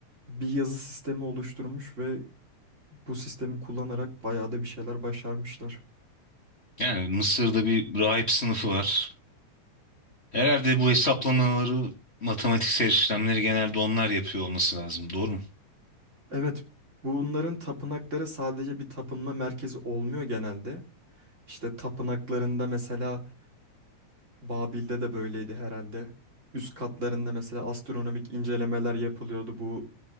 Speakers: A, on the right; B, on the left.
A: bir yazı sistemi oluşturmuş ve bu sistemi kullanarak bayağı da bir şeyler başarmışlar.
B: Yani Mısır'da bir rahip sınıfı var. Herhalde bu hesaplamaları, matematiksel işlemleri genelde onlar yapıyor olması lazım. Doğru mu?
A: Evet, bunların tapınakları sadece bir tapınma merkezi olmuyor genelde. İşte tapınaklarında mesela Babil'de de böyleydi herhalde. Üst katlarında mesela astronomik incelemeler yapılıyordu. Bu